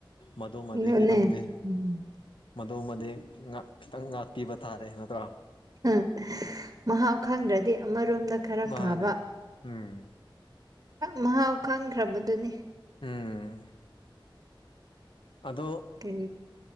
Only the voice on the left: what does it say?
ꯃꯗꯨꯃꯗꯤ
ꯈꯤꯇꯪꯗꯤ
ꯃꯗꯨꯃꯗꯤ ꯈꯤꯇꯪ ꯉꯥꯛꯄꯤꯕ ꯊꯥꯔꯦ ꯅꯠꯇ꯭ꯔꯥ
ꯃꯥꯅꯦ
ꯎꯝ
ꯎꯝ ꯑꯗꯨ